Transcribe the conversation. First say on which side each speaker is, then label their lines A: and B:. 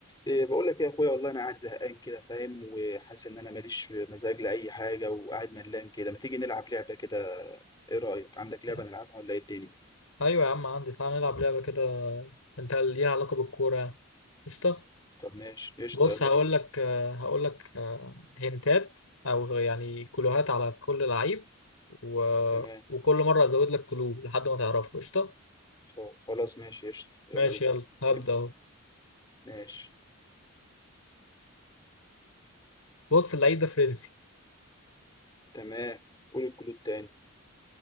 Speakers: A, on the left; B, on the left.
A: إيه، بقول لك إيه يا اخويا والله انا قاعد زهقان كده فاهم وحاسس ان انا ماليش مزاج لاي حاجه وقاعد ملان كده ما تيجي نلعب لعبه كده ايه رايك عندك لعبه
B: يا-
A: نلعبها ولا ايه الدنيا
B: ايوه يا عم عندي تعال نلعب لعبه كده انت ليها علاقه بالكوره يعني قشطه
A: طب ماشي قشطه
B: بص
A: يلا
B: هقول
A: بينا
B: لك هقول لك آه، هنتات او يعني كلوهات على كل لعيب و...
A: تمام
B: وكل مره ازود لك كلو لحد ما تعرفه قشطه
A: خ- خلاص ماشي قشطه يلا
B: ماشي
A: بينا
B: يلا هبدا
A: ابدأ
B: اهو
A: ماشي
B: بص اللعيب ده فرنسي
A: تمام قول الكلود تاني